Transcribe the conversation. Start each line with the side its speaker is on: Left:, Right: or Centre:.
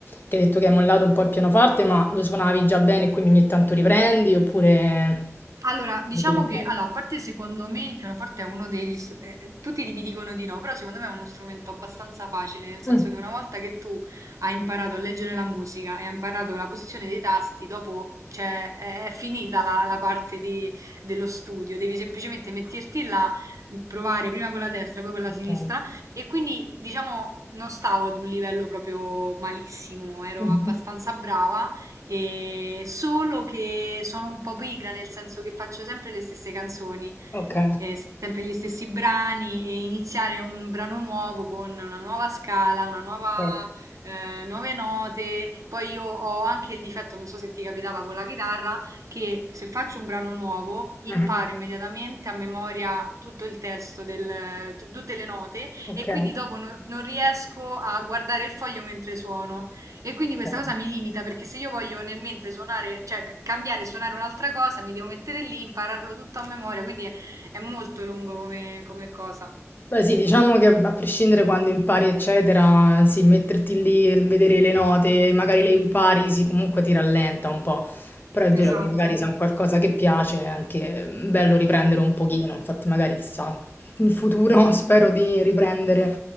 Left: che hai detto che hai mollato un po' il pianoforte, ma lo suonavi già bene e quindi ogni tanto riprendi, oppure...
Right: Allora, diciamo
Left: Mi dico un
Right: che,
Left: po'.
Right: allora, a parte secondo me il pianoforte è uno degli... str- eh, eh, tutti di- mi dicono di no, però secondo me è uno strumento abbastanza facile, nel senso
Left: Mm.
Right: che una volta che tu hai imparato a leggere la musica e hai imparato la posizione dei tasti, dopo, cioè, è, è finita la, la parte di- dello studio, devi semplicemente metterti là, m, provare prima con la destra, poi con la
Left: Ok.
Right: sinistra, e quindi, diciamo, non stavo ad un livello proprio malissimo, ero
Left: Mhm.
Right: abbastanza brava e solo che sono un po' pigra, nel senso che faccio sempre le stesse canzoni,
Left: Ok.
Right: eh, sempre gli stessi brani, e iniziare un brano nuovo con una nuova scala, una nuova,
Left: Ok.
Right: eh, nuove note. Poi io ho anche il difetto, non so se ti capitava con la chitarra, che se faccio un brano nuovo imparo
Left: Mhm.
Right: immediatamente a memoria tutto il testo, del, t- tutte le note
Left: Ok.
Right: e quindi dopo no- non riesco a guardare il foglio mentre suono. E quindi questa
Left: Ok.
Right: cosa mi limita perché se io voglio nel mentre suonare, cioè ca- cambiare e suonare un'altra cosa, mi devo mettere lì, impararlo tutto a memoria, quindi è, è molto lungo come, come cosa.
Left: Beh sì, diciamo che a prescindere quando impari eccetera, sì, metterti lì e vedere le note, magari le impari, sì, comunque ti rallenta un po', però è vero
Right: Esatto.
Left: che magari se è un qualcosa che piace è anche bello riprendere un pochino, infatti magari chissà, in futuro <laughs> spero di riprendere